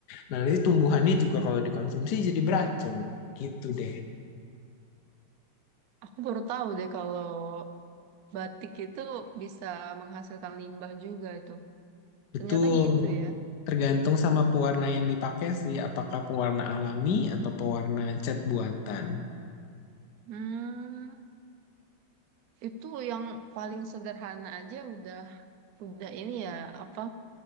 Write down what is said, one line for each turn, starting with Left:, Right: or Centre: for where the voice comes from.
Left: Nah, nanti tumbuhannya juga kalau dikonsumsi jadi beracun. Gitu deh.
Right: Aku baru tahu deh kalau batik itu bisa menghasilkan limbah juga itu.
Left: Betul.
Right: Ternyata gitu ya.
Left: Tergantung sama pewarna yang dipakai sih, apakah pewarna alami atau pewarna cat buatan.
Right: Hmm, itu yang paling sederhana aja udah udah ini ya apa